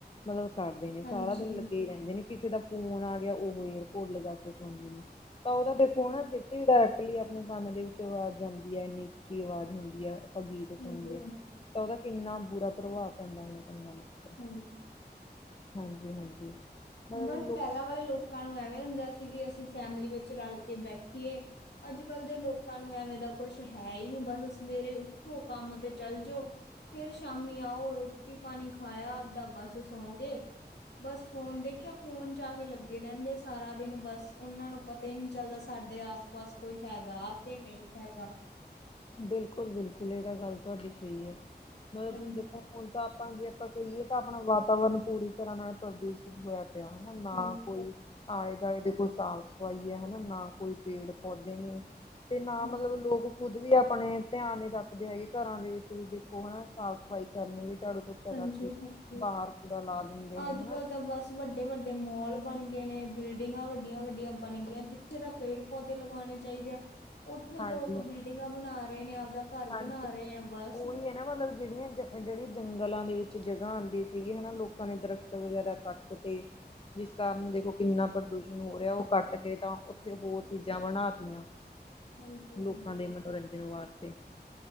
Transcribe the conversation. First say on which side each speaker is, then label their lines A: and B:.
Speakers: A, on the left; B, on the left.
A: ਮਤਲਬ ਕਰਦੇ ਨੇ,
B: ਹਾਂਜੀ
A: ਸਾਰਾ ਦਿਨ ਲੱਗੇ ਹੀ ਰਹਿੰਦੇ ਨੇ, ਕਿਸੇ ਦਾ ਫੋਨ ਆ ਗਿਆ ਉਹ ਏਅਰਪੋਡ ਲਗਾ ਕੇ ਸੁਣਦੇ ਨੇ। ਤਾਂ ਉਹਦਾ ਦੇਖੋ
B: ਹਾਂਜੀ
A: ਹਨਾਂ, ਡਾਇਰੈਕਟਲੀ ਆਪਣੇ ਕੰਨ ਦੇ ਵਿੱਚੋ ਆਵਾਜ਼ ਜਾਂਦੀ ਏ, ਏਨੀ ਉੱਚੀ ਆਵਾਜ਼ ਹੁੰਦੀ ਆ। ਆਪਾਂ ਗੀਤ ਸੁਣਦੇ
B: ਹਾਂਜੀ ਹਾਂਜੀ
A: ਹਾ, ਤਾਂ ਉਹਦਾ ਕਿੰਨਾ ਬੁਰਾ ਪ੍ਰਭਾਵ ਪੈਂਦਾ ਉਹੇ ਕੰਨਾਂ ਓਤੇ।
B: ਹਮ।
A: ਹਾਂਜੀ, ਹਾਂਜੀ। ਮਤਲਬ
B: ਬਸ ਪਹਿਲਾਂ ਵਾਲੇ ਲੋਕਾਂ ਨੂੰ ਐਵੇਂ ਹੁੰਦਾ ਸੀ ਕਿ ਅਸੀਂ ਫੈਮਿਲੀ ਵਿੱਚ ਰਲ ਕੇ ਬੈਠੀਏ। ਅੱਜ -ਕੱਲ੍ਹ ਦੇ ਲੋਕ ਲੋਕਾਂ ਨੂੰ ਐਵੇਂ ਦਾ ਕੁਛ ਹੈ ਹੀ ਨਹੀਂ। ਬਸ ਸਵੇਰੇ ਉੱਠੋ ਕੰਮ ਤੇ ਚੱਲ ਜੌ। ਫਿਰ ਸ਼ਾਮੀ ਆਓ, ਰੋਟੀ -ਪਾਣੀ ਖਾਇਆ ਆਵਦਾ, ਬਸ ਸੌ ਗਏ। ਬਸ ਫੋਨ ਦੇਖ ਖਿਆ ਫੋਨ ਚ ਆ ਕੇ ਲੱਗੇ ਰਹਿੰਦੇ ਸਾਰਾ ਦਿਨ ਬਸ, ਉਹਨਾਂ ਨੂੰ ਪਤਾ ਹੀ ਨਹੀਂ ਚੱਲਦਾ ਸਾਡੇ ਆਸ ਪਾਸ ਕੋਈ ਹੈਗਾ ਕੇ ਨਹੀਂ ਹੈਗਾ।
A: ਬਿਲਕੁਲ, ਬਿਲਕੁਲ ਇਹ ਤਾਂ ਗੱਲ ਤੁਹਾਡੀ ਸਹੀ ਹੈ। ਮਤਲਬ
B: ਹਾਂਜੀ
A: ਦੇਖੋ ਹੁਣ ਤਾਂ ਆਪਾਂ ਜੇ ਆਪਾਂ ਕਹੀਏ ਤਾਂ ਆਪਣਾ ਵਾਤਾਵਰਨ ਪੂਰੀ ਤਰ੍ਹਾਂ ਨਾਲ ਪ੍ਰਦੂਸ਼ਿਤ ਹੋਇਆ ਪਿ ਹਨਾ ਨਾ
B: ਹਾਂਜੀ
A: ਕੋਈ ਆਲੇ ਦੁਆਲੇ ਦੇ ਕੋਈ ਸਾਫ਼ ਸਫ਼ਾਈ ਹੈ ਹਨਾ ਨਾ ਕੋਈ ਪੇੜ ਪੌਦੇ ਨੇ। ਤੇ ਨਾ
B: ਹਾਂ
A: ਮਤਲਬ ਲੋਕ ਖੁੱਦ ਵੀ ਆਪਣੇ ਧਿਆਨ ਹੀ ਰੱਖਦੇ ਹੈਗੇ ਘਰਾਂ ਦੇ ਵਿੱਚ ਵੀ ਦੇਖੋ ਹਨਾ ਸਾਫ਼ ਸਫ਼ਾਈ ਕਰਨਗੇ ਝਾੜੂ ਪੋਚਾ
B: ਹਾਂਜੀ
A: ਕਰਕੇ
B: ਹਾਂਜੀ
A: ਬਾਹਰ ਕੂੜਾ ਲਾ ਦਿੰਦੇ
B: ਅੱਜ
A: ਨੇ ਹਨਾ।
B: ਕੱਲ੍ਹ ਤਾਂ ਬਸ ਵੱਡੇ ਵੱਡੇ ਮੋਲ ਬਣ ਗਏ ਨੇ ਬਿਲਡਿੰਗਾਂ ਵੱਡੀਆਂ ਵੱਡੀਆਂ ਬਣ ਗਈਆਂ ਜਿੱਥੇ ਦਾ ਪੇੜ ਪੌਦੇ ਲਗਾਉਣੇ ਚਾਹੀਦੇ ਆ ਉੱਥੇ
A: ਹਾਂਜੀ
B: ਲੋਕ ਬਿਲਡਿੰਗਾਂ ਬਣਾ ਰਹੇ ਨੇ ਆਪਦਾ ਘਰ
A: ਹਾਂਜੀ
B: ਬਣਾ ਰਹੇ ਆ ਬਸ
A: ਉਹੀ ਮਤਲਬ ਜਿਹੜੀਆਂ ਜਿਹੜੀ ਜੰਗਲਾਂ ਦੇ ਵਿੱਚ ਜਗ੍ਹਾ ਆਉਂਦੀ ਸੀਗੀ ਹਨਾ ਲੋਕਾਂ ਨੇ ਦਰਖਤ ਵਗੈਰਾ ਕੱਟਕੇ ਤੁਸੀ ਜਿਸ ਕਾਰਨ ਦੇਖੋ ਕਿੰਨਾ ਪ੍ਰਦੂਸ਼ਣ ਹੋ ਰਿਹਾ ਉਹ ਕੱਟ ਕੇ ਤਾਂ ਉੱਥੇ ਹੋਰ ਚੀਜ਼ਾਂ ਬਣਾਤਿਆ।
B: ਹਾਂਜੀ
A: ਲੋਕਾਂ
B: ਹਾਂਜੀ
A: ਦੇ
B: ਇਹ
A: ਮਨੋਰੰਜਨ
B: ਤਾਂ
A: ਵਾਸਤੇ